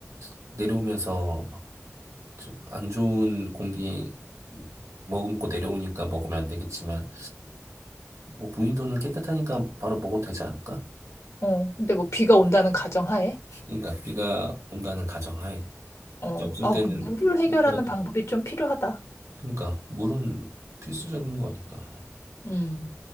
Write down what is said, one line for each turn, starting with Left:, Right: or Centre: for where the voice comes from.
Right: 내려오면서 좀안 좋은 공기 머금고 내려오니까 먹으면 안 되겠지만, 뭐 무인도는 깨끗하니까 바로 먹어도 되지 않을까?
Left: 어, 근데 뭐 비가 온다는 가정하에.
Right: 그러니까 비가 온다는 가정하에
Left: 어,
Right: 이제 없을
Left: 어,
Right: 때는
Left: 그 물을 해결하는
Right: 그렇게라도
Left: 방법이 좀 필요하다.
Right: 그러니까 물은 필수적인 거니까.
Left: 음.